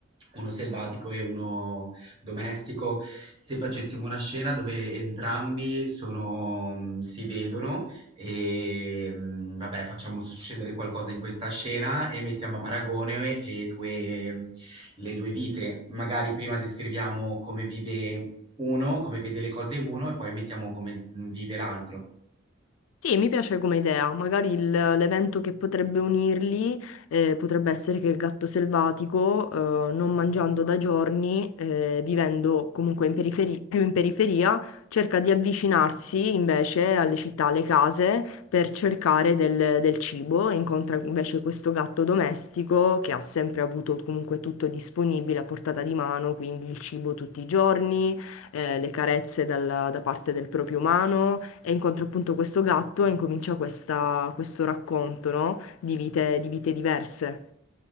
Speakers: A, on the right; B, on the left.
A: uno selvatico e uno domestico, se facessimo una scena dove entrambi sono, mm, si vedono e mm, vabbè, facciamo succedere qualcosa in questa scena e mettiamo a paragone le due, mm, le due vite. Magari prima descriviamo come vive uno, come vede le cose uno e poi mettiamo come mm, vive l'altro.
B: Sì, mi piace come idea. Magari il- l'evento che potrebbe unirli eh, potrebbe essere che il gatto selvatico, eh, non mangiando da giorni, eh, vivendo comunque in periferi- più in periferia, cerca di avvicinarsi invece alle città, alle case, per cercare del, del cibo e incontra invece questo gatto domestico che ha sempre avuto comunque tutto disponibile a portata di mano, quindi il cibo tutti i giorni eh, le carezze dalla- da parte del proprio umano e incontra appunto questo gatto e incomincia questa- questo racconto, no? Di vite, di vite diverse.